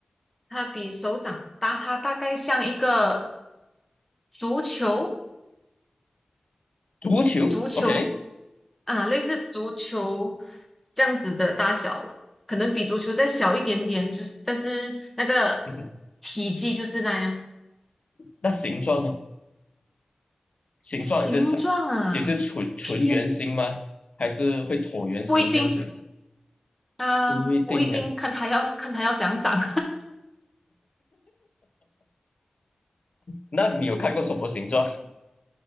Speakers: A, in the centre; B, on the left.
A: 它比手掌大，它大概像一个足球，
B: 足球，OK，
A: 足球啊，类似足球这样子的大小了，可能比足球再小一点点，就是但是那个
B: 嗯，
A: 体积就是那样。
B: 那形状呢？形状也是呈，
A: 形状啊，
B: 也是纯纯圆形吗？
A: 偏
B: 还是会椭圆形这样子？
A: 不一定，啊、
B: 不一定啊。
A: 不一定，看它要看它要怎样长。<laughs>
B: 那你有看过什么形状？